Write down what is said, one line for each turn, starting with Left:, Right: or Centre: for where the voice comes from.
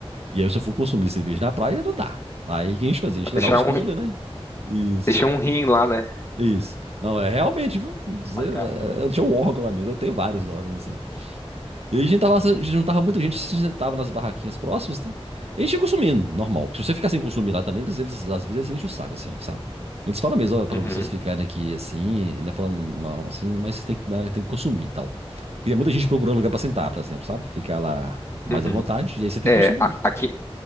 Right: E aí, se eu for consumir cerveja na praia, não dá. Aí, o que a gente fazia? A gente levava
Left: Deixar
Right: os
Left: um,
Right: coolers, né? Isso.
Left: deixar um rim lá, né?
Right: Isso. Não, é realmente, viu? Zé,
Left: Pagar.
Right: é, Eu tinha um órgão lá mesmo, eu tenho vários órgãos assim. E aí a gente tava, a gente juntava muita gente, se sentava nas barraquinhas próximas, tá? E a gente ia consumindo, normal. Se você ficar sem consumir lá também, eles, eles às vezes eles enchem o saco, assim, sabe? Eles falam mesmo, ó, pra
Left: Uhum,
Right: vocês ficarem aqui assim, né? Falando mal, assim, mas você tem que, dar- tem que consumir e tal. Porque é muita gente procurando lugar pra sentar, por exemplo, sabe? Ficar lá mais
Left: uhum.
Right: à vontade, e aí você tem
Left: É,
Right: que consumir
Left: a-
Right: mesmo.
Left: aqui,